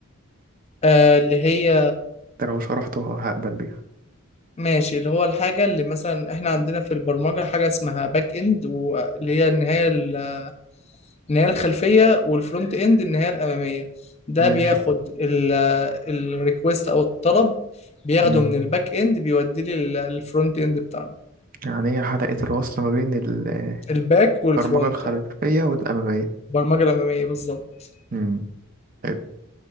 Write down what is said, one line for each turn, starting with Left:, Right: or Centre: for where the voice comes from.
Left: آه اللي هي
Right: انت لو شرحته هقبل بيها
Left: ماشي اللي هو الحاجة اللي مثلا احنا عندنا في البرمجة حاجة اسمها باك اند واللي هي النهاية ال- النهاية الخلفية والفرونت اند النهاية الأمامية ده
Right: ماشي
Left: بياخد الريكوست او الطلب بياخده
Right: مم.
Left: من الباك اند بيوديه للفرونت اند بتاعنا
Right: يعني هي حلقة الوصل ما بين ال-
Left: الباك والفرونت
Right: البرمجة الخلفية
Left: اه
Right: والأمامية
Left: البرمجة الأمامية بالظبط
Right: مم. حلو.